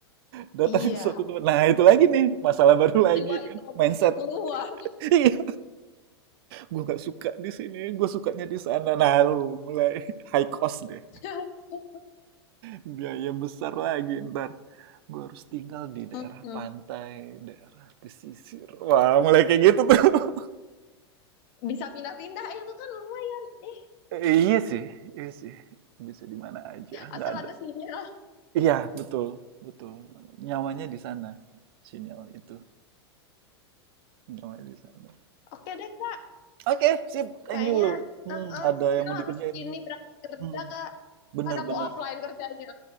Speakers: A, on the right; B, on the left.
A: datang
B: Iya,
A: ke suatu tempat nah itu lagi nih masalah baru lagi
B: jiwa
A: kan
B: introvertnya
A: mindset
B: keluar
A: <laughs> iya gue nggak suka di sini gue sukanya di sana nah lu mulai <laughs> high cost deh
B: <laughs>
A: biaya besar lagi ntar gue harus tinggal di daerah
B: Mm-mm.
A: pantai daerah pesisir wah mulai kayak gitu tuh <laughs>
B: bisa pindah-pindah itu kan lumayan eh
A: Eh, iya sih iya sih bisa di mana aja nggak
B: asal
A: ada
B: ada sinyal
A: iya betul betul nyawanya di sana sinyal itu nyawanya di sana
B: oke deh kak
A: oke sip thank
B: kayaknya
A: you hmm,
B: uh
A: ada
B: Sisil
A: yang mau dikerjain
B: harus ini berangkat kerja
A: hmm,
B: kak
A: bener
B: kan aku
A: bener
B: offline kerjanya